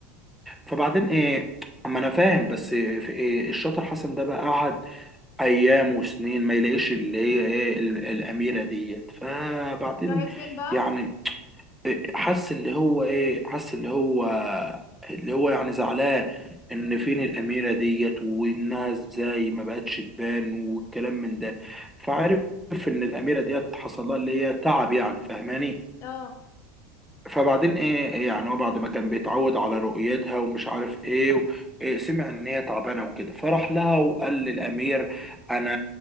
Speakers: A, in the centre; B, on the left (about 45°).
A: فبعدين ايه اما انا فاهم بس في إيه الشاطر حسن ده بقى قعد ايام وسنين ما يلاقيش اللي هي ايه ال- الاميره ديت فبعدين
B: راحت فين بقى
A: يعني حس اللي هو ايه حس اللي هو اللي هو يعني زعلان ان فين الاميره ديت وانها ازاي ما بقتش تبان والكلام من ده فعرف ان الاميره ديت حصل لها اللي هي تعب يعني فاهماني
B: اه
A: فبعدين ايه إيه يعني هو بعد ما كان بيتعود على رؤيتها ومش عارف ايه, و... إيه سمع ان هي تعبانه وكده فراح لها وقال للامير انا